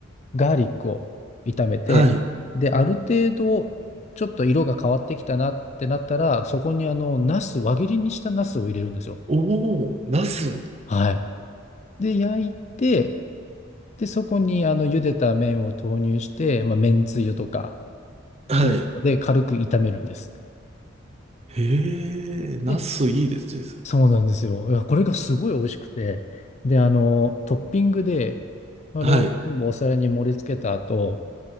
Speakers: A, on the left; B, on the right.
A: ガーリックを炒めて、
B: はい。
A: で、ある程度、ちょっと色が変わってきたなってなったら、そこにあの、ナス、輪切りにしたナスを入れるんですよ。
B: おお、ナス。
A: はい。で、焼いて、で、そこにあの、茹でた麺を投入して、まあ、麺つゆとか
B: はい。
A: っていうので、軽く炒めるんです。
B: へえ、ナスいいですね。
A: で、そうなんですよ。いやこれがすごい美味しくて、で、あの、トッピングで、それを全部お皿に盛り付けた後、
B: はい。